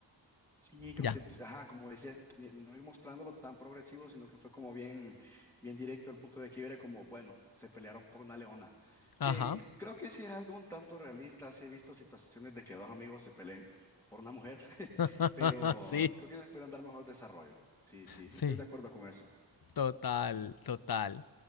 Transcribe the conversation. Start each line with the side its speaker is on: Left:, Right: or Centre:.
Centre: Sí, creo
Left: ya.
Centre: que, ajá, como decías, ni- no ir mostrándolo tan progresivo, sino que fue como bien, bien directo el punto de que era como, bueno, se pelearon por una leona,
Left: Ajá.
Centre: que c- creo que sí es algo un tanto realista, sí he visto situaciones de que dos amigos se peleen por una mujer, <laughs>
Left: <laughs>
Centre: pero creo
Left: sí,
Centre: que le pudieron dar mejor desarrollo, sí, sí,
Left: sí,
Centre: estoy de acuerdo con eso.
Left: total, total.